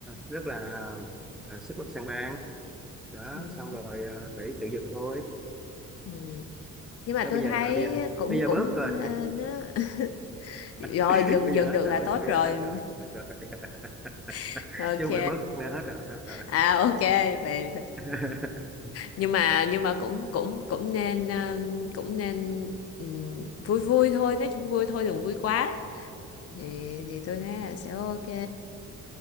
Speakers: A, in the centre; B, on the left.
A: rất là ờ, sức lực sang ban đó
B: ừ. <laughs>
A: xong rồi ờ, phải tự dừng thôi
B: Ừ. nhưng mà
A: Đó,
B: tôi
A: bây giờ
B: thấy
A: à, bây giờ
B: cũng
A: bây giờ
B: cũng
A: bớt rồi
B: ờ, nó <laughs> rồi
A: <laughs>
B: dừng
A: bây
B: dừng
A: giờ hết
B: được
A: rồi
B: là tốt
A: bây
B: rồi
A: giờ hết rồi hết rồi <laughs>
B: <laughs> ok
A: chứ không phải bớt nữa hết rồi hết rồi
B: à ok vậy
A: <laughs>
B: nhưng mà nhưng mà cũng cũng cũng nên ờ, cũng nên ừm, vui vui thôi nói chung vui thôi đừng vui quá thì thì tôi thấy là sẽ ok